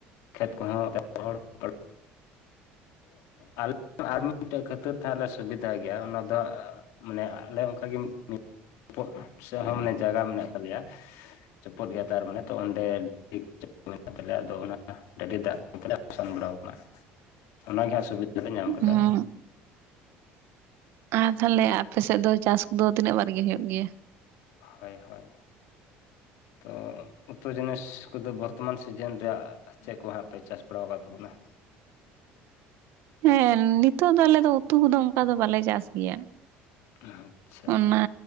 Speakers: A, on the left; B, on the right.
A: ᱠᱷᱮᱛ ᱠᱚᱦᱚᱸ <unintelligible> ᱟᱞᱮ ᱟᱨ ᱢᱤᱫ ᱢᱤᱫᱴᱮᱡ ᱠᱷᱟᱹᱛᱤᱨ ᱛᱮ ᱞᱮ ᱥᱩᱵᱤᱫᱷᱟ ᱜᱮᱭᱟ ᱚᱱᱟ ᱫᱚ ᱟᱸ ᱢᱟᱱᱮ ᱟᱞᱮ ᱚᱱᱠᱟᱜᱮ <unintelligible> ᱱᱤᱴᱯ ᱥᱮᱫ ᱦᱚᱸ ᱢᱟᱱᱮ ᱡᱟᱭᱜᱟ ᱢᱮᱱᱟᱜ ᱛᱟᱞᱮᱭᱟ ᱪᱚᱯᱩᱫ ᱜᱮᱭᱟ ᱛᱟᱨ ᱢᱟᱱᱮ ᱚᱸᱰᱮ <unintelligible> ᱢᱮᱱᱟᱜ ᱛᱟᱞᱮᱭᱟ ᱟᱫᱚ ᱚᱱᱟ ᱰᱟᱹᱰᱤ ᱫᱟᱜ ᱛᱮᱞᱮ ᱥᱟᱥᱟᱱ ᱵᱟᱲᱟᱟᱣ ᱟᱠᱟᱱᱟ᱾ ᱚᱱᱟᱜᱮ ᱦᱟᱸᱜ ᱥᱩᱵᱤᱫᱷᱟ ᱫᱚᱞᱮ ᱧᱟᱢ
B: ᱦᱮᱸ
A: ᱠᱮᱫᱟ᱾
B: ᱟᱨ ᱛᱟᱦᱚᱞᱮ ᱟᱯᱮᱥᱮᱫ ᱫᱚ ᱪᱟᱥ ᱠᱚᱫᱚ ᱛᱤᱱᱟᱹᱜ ᱵᱟᱨ ᱜᱮ ᱦᱩᱭᱩᱜ ᱜᱮᱭᱟ?
A: ᱦᱳᱭ ᱦᱳᱭ ᱛᱚ ᱩᱛᱩ ᱡᱤᱱᱤᱥ ᱠᱚᱫᱚ ᱵᱚᱨᱛᱚᱢᱟᱱ ᱥᱤᱡᱟᱹᱱ ᱨᱮᱭᱟᱜ ᱪᱮᱫ ᱠᱚ ᱦᱟᱸᱜ ᱯᱮ ᱪᱟᱥ ᱵᱟᱲᱟᱣ ᱟᱠᱟᱫ ᱛᱟᱵᱩᱱᱟ?
B: ᱦᱮᱸ ᱱᱤᱛᱚᱜ ᱫᱚ ᱟᱞᱮ ᱫᱚ ᱩᱛᱩ ᱠᱩᱫᱚ ᱚᱱᱠᱟ ᱫᱚ ᱵᱟᱞᱮ ᱪᱟᱥ ᱜᱮᱭᱟ᱾
A: ᱟᱪᱪᱷᱟ
B: ᱚᱱᱟ